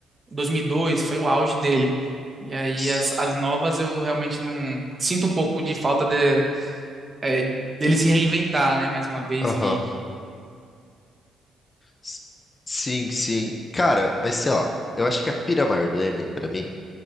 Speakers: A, on the right; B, on the left.
A: 2002 foi o auge dele. E aí
B: S-
A: as, as novas eu realmente não sinto um pouco de falta de, é, dele se reinventar, né, mais uma vez
B: Aham.
A: e
B: S- Sim, sim. Cara, mas sei lá, eu acho que a pira maior do Eminem pra mim